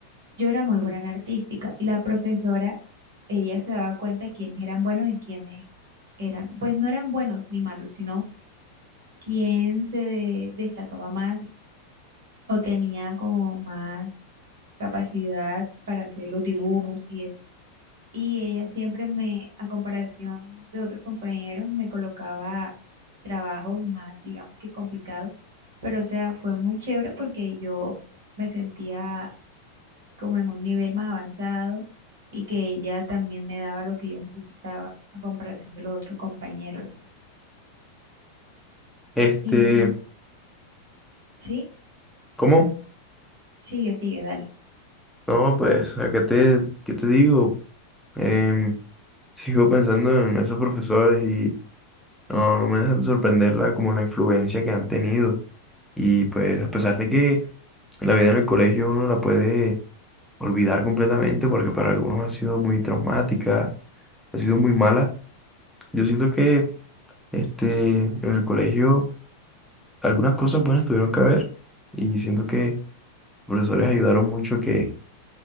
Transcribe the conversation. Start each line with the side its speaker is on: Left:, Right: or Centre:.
Right: yo era muy buena en artística y la profesora, ella se daba cuenta de quiénes eran buenos y quiénes eran, pues no eran buenos ni malos, sino quién se de- destacaba más o tenía como más capacidad para hacer los dibujos y eso. Y ella siempre me, a comparación de otros compañeros, me colocaba trabajos más, digamos que complicados. Pero, o sea, fue muy chévere porque yo me sentía como en un nivel más avanzado y que ella también me daba lo que yo necesitaba a comparación de los otros compañeros.
Centre: Este,
Right: Y sí,
Centre: ¿cómo?
Right: sigue, sigue, dale.
Centre: No, pues acá te, ¿qué te digo? Em, sigo pensando en esos profesores No, no me deja de sorprender la, como la influencia que han tenido. Y pues a pesar de que la vida en el colegio uno la puede olvidar completamente porque para algunos ha sido muy traumática, ha sido muy mala, yo siento que este, en el colegio algunas cosas buenas tuvieron que haber y siento que los profesores ayudaron mucho que